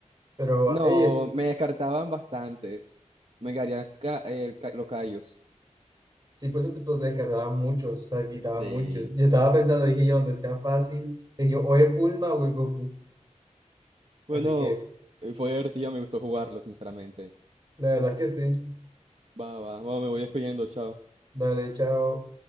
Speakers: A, on the right; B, on the right.
A: Pero,
B: No,
A: ey,
B: me descartaban bastantes. Me caerían ca- el ca- los callos.
A: si pues te, pues, te descartabas muchos, o sea, quitabas
B: Sí.
A: muchos. Yo estaba pensando, dije yo, donde sea fácil, dije yo, o es Bulma o es Goku.
B: Bueno,
A: Así que
B: eh, fue divertido, me gustó jugarlo, sinceramente.
A: La verdad que sí.
B: Va, va, bueno, me voy despidiendo, chao.
A: Dale, chao.